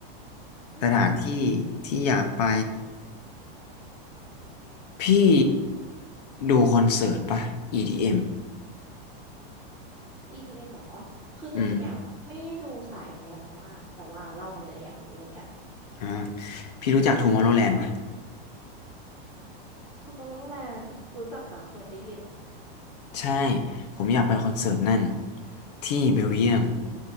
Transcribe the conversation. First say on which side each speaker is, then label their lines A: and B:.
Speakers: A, in the centre; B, on the left.
A: อืม
B: สถานที่ที่อยากไปพี่ดูคอนเสิร์ตปะ EDM
A: EDM เอ็มเหรอคือจริงๆอ่ะไม่ได้ดูสายเนี้ยแต่ว่าแต่ว่าเล่ามาเลยอยากรู้เหมือนกัน
B: อมอืม อ่าพี่รู้จัก Tomorrowland ปะ
A: Tomorrowland รู้จักนะเคยได้ยิน
B: ใช่ผมอยากไปคอนเสิร์ตนั่นที่เบลเยียม
A: อืม